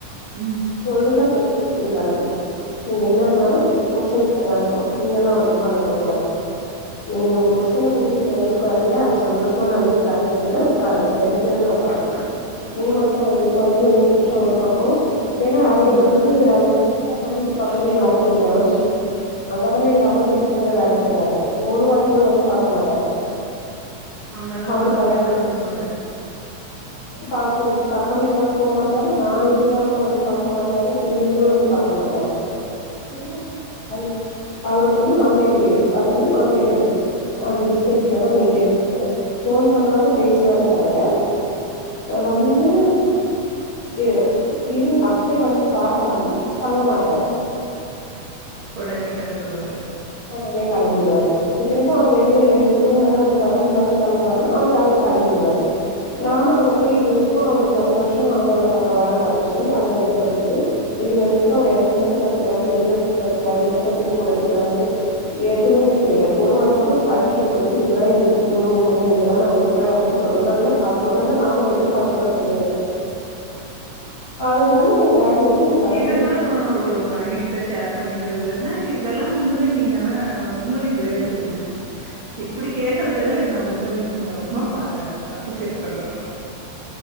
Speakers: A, on the right; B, on the left.
A: ம்
B: ஓழுங்கா பெட்டிய தூக்கின்னு கெளம்பு நீ என்ன இருந்தாலு புருஷ வீட்லதா இருக்கணு இங்கெல்லா வந்து உக்கான்னு இருக்க கூடாது நீ உ புருஷன கூட்டிட்டு இங்க வந்து உக்காரியா சந்தோஷோ மா நா வீட தெறந்து வைக்கிற உக்காருங்க ரெண்டு பேருமே உக்காருங்க நீ மட்டு வந்து உக்காந்துன்னு உ புருஷ ஒரு பக்கோ ஏனா அவரு
A: நீங்க
B: வந்து
A: ஒரு பக்கோ
B: அவர் நம்ம வீட்டு பக்கமே வேல செய்றானா அங்க தான எங்க அம்மா வீட்டு கிட்ட தான வேலை செய்றாரு ஒரு வாட்டி கூட வந்து பாக்க மாட்டார்
A: அங்கல்லா
B: அவருக்கு
A: பக்கமே
B: அதுல
A: கூட போ மாட்டாரு
B: பா பி பக்கமே இருந்தாலு போமாட்டாரு நா இருந்தா கூட வந்து பாக்க மாட்டாரு பிள்ளைங்களையுவந்து பாக்க மாட்டாரு
A: ம்
B: அவருக் அவருக்கு வந்து மாமியார் வீடு அது வந்து மாமியார் வீடு அந்த டிஸ்டன்ஸ்லதா
A: ம்
B: மெய்ன்டென் ஃபோன் பண்ணுவாரு பேசுவாரு தவிர வந்து எ இது அப்டி வந்து பாத்தாலு தங்க மாட்டாரு
A: உடனே கெளம்பிருவாரு
B: உடனே கெளம்பிடுவாரு இத்தனைக்கு அவர் வெளிய ரெண்ட் ரூம்ல தா இருப்பாரு ரூம்ல தா தங்குவாருனா அங்கங்க கெளம்பிடுவாரு நானு அங்க போய் இதுவரைக்கு அவரு பத்து வருஷம் ஆகுது அவருக்கு அங்க வேல கிடைச்சி அங்க இருக்குறதுக்கு இது வரைக்கு
A: ம்
B: அவர் எந்த எடத்துல இருக்கிறாரு எந்த ஊர்ல இருக்கிறாரு எத்தன பேர் கூட இருக்கிறாரு எதுமே எனக்கு தெரியாது ஒரு வாட்டி கூட கால்ஷீட் போயிட்டு இதுதா என்ட ஒரு ரூமு இங்கதா நா இருக்கிற அப்டின் சொன்னதோ இல்ல காட்னதோ இல்ல நானு அத எதிர்பார்த்தது கெடயாது அதனால எங்க டாடி வந்து கெளம்பு
A: இத கூட ஓ ஒரு மனைவி கிட்ட ஷேர் பண்ணிக்கிறது இல்லன்னா இதெல்லா உண்மைலே நீங்கல்லா உண்மைலே கிரேட்டுங்க இப்டி கேக்றதுல நா உண்மையிலயு உன்ன ரொம்ப பா அப்ரிசியேட் பண்றே